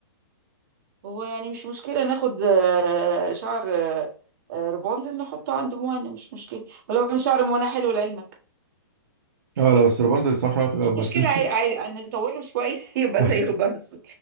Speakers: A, on the right (about 50°); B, on the right (about 65°).
A: هو يعني مش مشكلة ناخد آه، شعر آه، آه، رابنزل نحطه عند موانا مش مشكلة ولو أنا شعر موانا حلو لعلمك
B: اه لا بس روبانزل بصراحه شعرها طويل
A: مش
B: أوي،
A: مشكلة
B: بس مش
A: عاي... عاي... نطوله شوية <laughs> يبقى
B: <laughs>
A: زي رابنزل